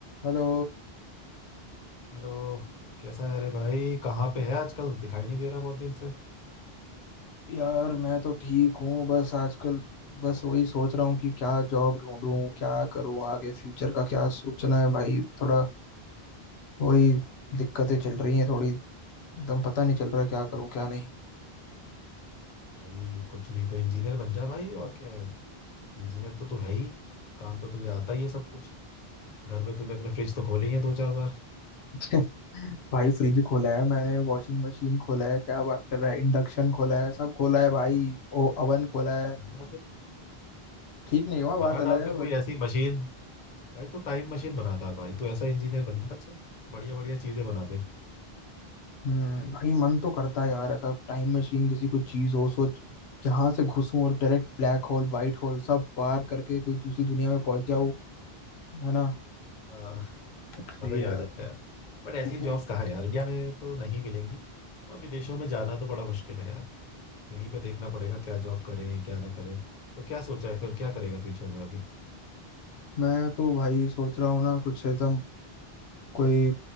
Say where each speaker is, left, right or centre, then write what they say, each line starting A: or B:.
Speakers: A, on the left; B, on the left.
A: Hello
B: Hello कैसा है अरे भाई कहाँ पे है आजकल दिखाई नहीं दे रहा बहुत दिन से
A: यार मैं तो ठीक हूँ बस आजकल बस वही सोच रहा हूँ कि क्या जॉब ढूंढूं क्या करूँ आगे फ्यूचर का क्या सोचना है भाई थोड़ा वही दिक्कतें चल रही हैं थोड़ी एकदम पता नहीं चल रहा क्या करूँ क्या नहीं
B: ओ भाई कुछ नहीं तो इंजीनियर बन जा भाई और क्या है इंजीनियर तो तू है ही काम तो तुझे आता ही है सब कुछ घर में तूने अपने फ्रिज तो खोले ही है दो चार बार
A: <laughs> भाई फ्रिज खोला है मैंने वॉशिंग मशीन खोला है क्या बात कर रहा है इंडक्शन खोला है सब खोला है भाई ओ ओवन खोला है
B: बन जा फिर
A: ठीक नहीं हुआ बात
B: बना
A: अलग
B: डाल फिर
A: है बट
B: कोई ऐसी मशीन भाई तो टाइम मशीन बना डाल भाई तू ऐसा इंजीनियर बन जा जो बढ़िया बढ़िया चीजें बना दे
A: हम्म भाई मन तो करता है यार ऐसा टाइम मशीन जैसी कोई चीज हो सोच जहां से घुसूं और direct black hole white hole सब पार करके कोई दूसरी दुनिया में पहुंच जाऊं है ना
B: हाँ
A: सही
B: मजा ही
A: है
B: आ
A: यार
B: जाए यार बट ऐसी
A: वो
B: जॉब्स कहाँ है यार इंडिया में तो नहीं मिलेंगी तो विदेशों में जाना तो बड़ा मुश्किल है यार यहीं पे देखना पड़ेगा क्या जॉब करें क्या ना करें तो क्या सोचा है फिर क्या करेगा फ्यूचर में अभी
A: मैं तो भाई सोच रहा हूँ ना कुछ एकदम कोई